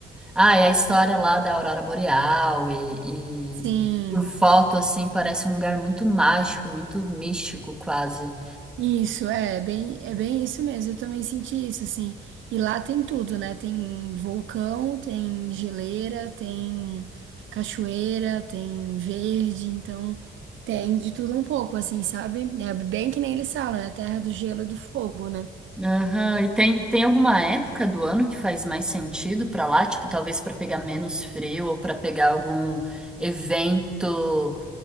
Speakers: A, in the centre; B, on the right.
A: ah, é a história lá da Aurora Boreal e, e-
B: Sim.
A: e por foto assim parece um lugar muito mágico, muito místico quase.
B: Isso, é bem, é bem isso mesmo. Eu também senti isso, assim. E lá tem tudo, né? Tem vulcão, tem geleira, tem cachoeira, tem verde, então tem de tudo um pouco, assim, sabe? É bem que nem eles falam, é a terra do gelo e do fogo, né?
A: Aham, E tem, tem alguma época do ano que faz mais sentido pra lá? Tipo, talvez pra pegar menos frio ou pra pegar algum evento